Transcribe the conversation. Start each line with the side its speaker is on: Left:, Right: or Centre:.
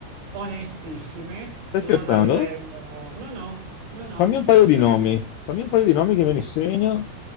Right: onestissime,
Left: Stai
Right: non
Left: scherzando?
Right: a livello... No, no, no, no,
Left: Fammi un paio
Right: assolutamente.
Left: di nomi. Fammi un paio di nomi che me li segno.